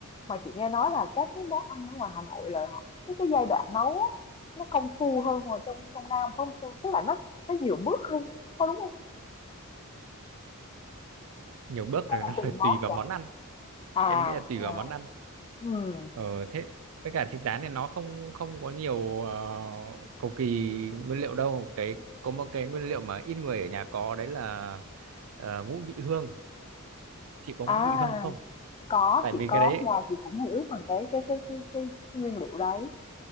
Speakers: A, on the left; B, on the right.
A: Mà chị nghe nói là các cái món ăn ở ngoài Hà Nội là họ cái cái giai đoạn nấu á, nó công phu hơn ngoài trong trong Nam, phải hông Sang? Tức là nó nó nhiều bước hơn có đúng không?
B: nhiều bước
A: hay
B: rồi
A: là
B: <laughs> nó
A: tùy
B: phải
A: món
B: tùy vào
A: vậy?
B: món ăn
A: À,
B: em nghĩ là tùy
A: à,
B: vào món ăn
A: ừm,
B: Ờ thế với cả thịt rán này nó không không có nhiều ờ, cầu kỳ nguyên liệu đâu cái có một cái nguyên liệu mà ít người ở nhà có đấy là ờ, ngũ vị hương chị có
A: à,
B: ngũ vị hương không
A: có,
B: tại
A: chị
B: vì
A: có,
B: cái đấy
A: nhà chị cũng hiểu về cái cái cái cái cái, cái nguyên liệu đấy.